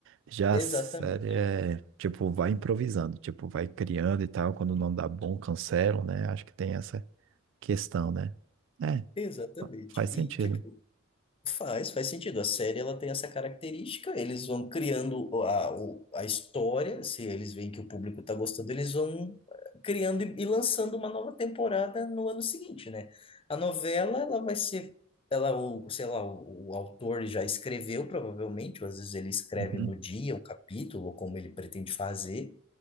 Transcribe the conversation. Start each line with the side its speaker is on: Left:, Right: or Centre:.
Right: Já
Left: Exatamente.
Right: a série é, tipo, vai improvisando, tipo, vai criando e tal, quando não dá bom, cancelam, né? Acho que tem essa questão, né? É,
Left: Exatamente.
Right: faz
Left: E,
Right: sentido.
Left: tipo, Faz, faz sentido. A série ela tem essa característica. Eles vão criando o- a, o- a história. Se eles veem que o público está gostando, eles vão eh, criando e, e lançando uma nova temporada no ano seguinte, né? A novela ela vai ser, ela o, sei lá, o, o autor já escreveu provavelmente, ou às vezes ele escreve
Right: Uhum.
Left: no dia o capítulo, ou como ele pretende fazer.